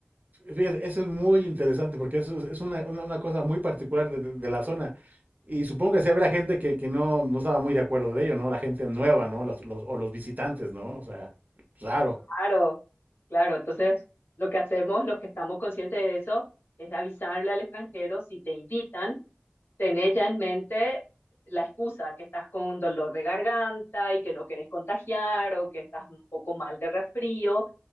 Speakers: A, on the right; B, on the left.
A: Fíjate, eso es muy interesante porque eso es, es una, una- una cosa muy particular de, de- de la zona. Y supongo que sí habrá gente que, que no, no estaba muy de acuerdo de ello, ¿no? La gente nueva, ¿no? Los, los- o los visitantes, ¿no? O sea, raro.
B: Claro, claro. Entonces, lo que hacemos, los que estamos conscientes de eso, es avisarle al extranjero si te invitan tener ya en mente la excusa que estás con dolor de garganta y que no quieres contagiar o que estás un poco mal de resfrío,